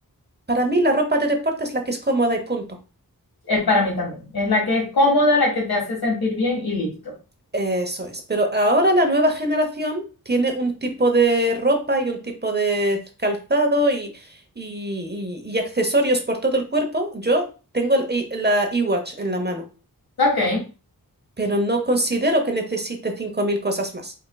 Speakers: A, on the right (about 25°); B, on the left (about 75°).
A: para mí la ropa de deporte es la que es cómoda y punto.
B: Es para mí también. Es la que es cómoda, la que te hace sentir bien y listo.
A: Eso es. Pero ahora la nueva generación tiene un tipo de ropa y un tipo de calzado y, y- y- y accesorios por todo el cuerpo. Yo tengo el i- la iWatch en la mano,
B: Ok,
A: pero no considero que necesite 5.000 cosas más.